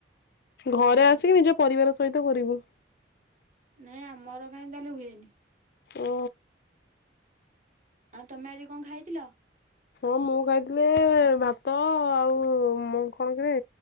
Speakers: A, on the left; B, on the right.
A: ଘରେ
B: ଓହୋ
A: ଆସିକି ନିଜ ପରିବାର ସହିତ କରିବୁ।
B: ନାଇଁ ଆମର କାଇଁ ତାହେଲେ ହୁଏନି।
A: ଓ।
B: ଆ ତମେ ଆଜି କଣ ଖାଇଥିଲ?
A: ହଁ ମୁଁ ଖାଇଥିଲି ଭାତ ଆଉ ମୁଁ କଣ କିରେ